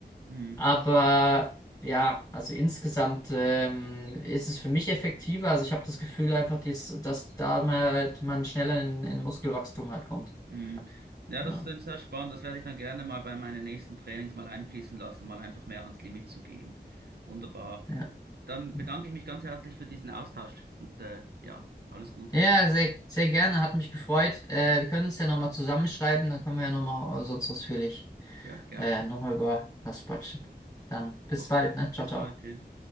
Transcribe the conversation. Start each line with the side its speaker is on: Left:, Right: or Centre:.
Right: Mhm.
Left: Aber ja, also insgesamt ähm, ist es für mich effektiver. Also ich habe das Gefühl einfach, dass, dass da mal halt man schneller in, in Muskelwachstum halt kommt.
Right: Mhm. Ja,
Left: Ja.
Right: das ist sehr spannend. Das werde ich dann gerne mal bei meinen nächsten Trainings mal einfließen lassen, mal einfach mehr ans Limit zu gehen. Wunderbar.
Left: Ja.
Right: Dann
Left: Hm.
Right: bedanke ich mich ganz herzlich für diesen Austausch und äh, ja, alles Gute.
Left: Ja, sehr, sehr gerne, hat mich gefreut. Äh, wir können uns ja nochmal zusammenschreiben, dann können wir ja nochmal sonst ausführlich
Right: Ja, gerne.
Left: äh, nochmal über was quatschen. Dann
Right: Super.
Left: bis bald, ne? Ciao,
Right: Bis
Left: ciao.
Right: bald. Tschüss.